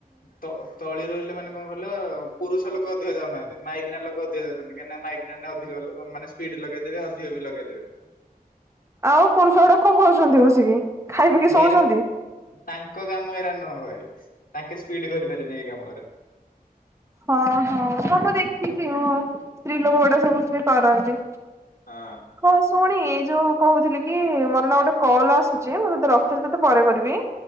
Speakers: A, on the left; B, on the right.
A: ତ ତଳି ରହିଲେ ମାନେ କଣ କହିଲ ପୁରୁଷ ଲୋକ ଅଧିକ ଯାଉନାହାନ୍ତି। ମାଇକିନା ଲୋକ ଅଧିକ ଯାଉନାହାନ୍ତି କାହିଁକିନା ମାଇକିନା ଅଧିକ ମାନେ ସ୍ପିଡ ଲଗେଇଦେବେ ଅଧିକ ବି ଲଗେଇଦେବେ।
B: ଆଉ ପୁରୁଷ ଗୁଡା କଣ କରଚନ୍ତି ବସିକି? ଖାଇ ପି କିି
A: ହେଇରା
B: ଶୋଉଚନ୍ତି?
A: ତାଙ୍କ କାମ ଏରା ନୁହଁ ଭାଇ। ତାଙ୍କେ ସ୍ପିଡ କରିପାରିବେନି ଏଇ କାମଗୁଡା।
B: ହଁ ହଁ ହ ମୁଁ ଦେଖି ଚି। ସ୍ତ୍ରୀ ଲୋକ ଗୁଡା ଏ ସବୁ ବି କରନ୍ତି।
A: ହଁ
B: ହଁ ଶୁଣି ଯଉ କହୁଥିଲି କି ମୋର ନାଁ ଗୋଟେ କଲ ଆସୁଚି ମୁଁ ତୋତେ ରଖୁଚି ତତେ ପରେ କରିବି।